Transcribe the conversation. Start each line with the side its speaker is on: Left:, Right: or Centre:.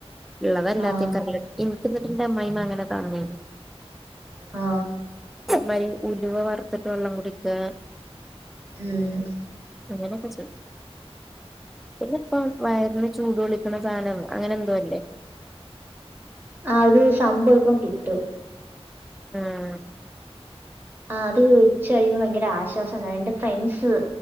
Centre: ഇള്ളത് അല്ലാത്തൊക്കെ
Right: ആഹ്
Centre: അതിൽ ഇടും ത്ത് ഇന്നട്ട് ഇന്റെ അമ്മായിമ്മ അങ്ങനെ <unintelligible>
Right: ആ
Centre: മാരി ഉലുവ വർത്തിട്ട് വെള്ളം കുടിക്കാ
Right: ഉം
Centre: <unintelligible> പിന്നെ ഇപ്പം വയറിന് ചൂടോളി ക്ക്ണ സാനം അങ്ങനെ എന്തോ ഇല്ലേ
Right: ആ ഇത് സംഭവം ഇപ്പം കിട്ടും
Centre: ഉം
Right: ആ അത് വെച്ച് കഴിയുമ്പോ ഭയങ്കര ആശ്വാസം ഇണ്ടവും എൻ്റെ ഫ്രണ്ട്സ്